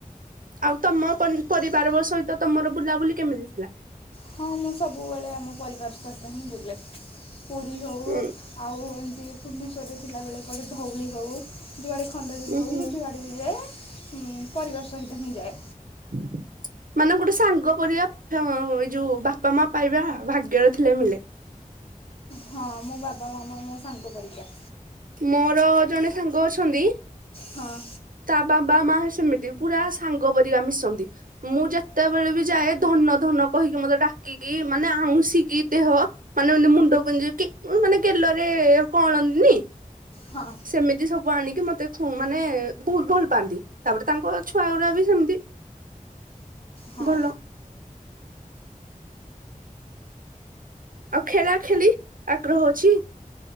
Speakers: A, on the right; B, on the left.
A: ଆଉ ତମ ପନି ପରିବାର ବ ସହିତ ତମର ବୁଲାବୁଲି କେମିତି ଥିଲା?
B: ହଁ ମୁଁ ସବୁବେଳେ ଆମ ପରିବାର ସହିତ ହିଁ ବୁଲେ। ପୁରୀ ହେଉ
A: ହୁଁ
B: ଆଉ ଏମିତି ଭୁବନେଶ୍ୱରରେ ଥିଲାବେଳେ କୋଉଠି ଧଉଳି ହେଉ। ଯୁଆଡ଼େ ଖଣ୍ଡଗିରି
A: ଉଁ
B: ହେଉ
A: ହୁଁ।
B: ମୁଁ ଯୁଆଡ଼େ ବି ଯାଏ ଉଁ ପରିବାର ସହିତ ହିଁ ଯାଏ।
A: <inaudible> ମାନେ ଗୋଟେ ସାଙ୍ଗ ପରିଆ ଫା ଏଇ ଯୋଉ ବାପା ମା ପାଇବା ଭାଗ୍ୟରେ ଥିଲେ ମିଳେ।
B: ହଁ ମୋ ବାବା ମାମା ମୋ ସାଙ୍ଗ ପରୀକା।
A: ମୋର ଜଣେ ସାଙ୍ଗ ଅଛନ୍ତି।
B: ହଁ।
A: ତା ବାବା ମା ସେମିତି ପୁରା ସାଙ୍ଗ ପରିକା ମିଶନ୍ତି। ମୁଁ ଯେତେବେଳେ ବି ଯାଏ ଧନ ଧନ କହିକି ମତେ, ଡାକିକି ମାନେ ଆଉଁସିକି ଦେହ ମାନେ ମାନେ ମୁଣ୍ଡ କୁଞ୍ଜି କି ମାନେ ଗେଲରେ କଣନ୍ତିନି।
B: ହଁ।
A: ସେମିତି ସବୁ ଆଣିକି ମତେ ଖୁଁ ମାନେ ବହୁତ ଭଲ ପାଆନ୍ତି, ତାପରେ ତାଙ୍କ ଛୁଆ ଗୁରା ବି ସେମିତି।
B: ହଁ।
A: ଭଲ ଆଉ ଖେଳା ଖେଳି ଆଗ୍ରହ ଅଛି?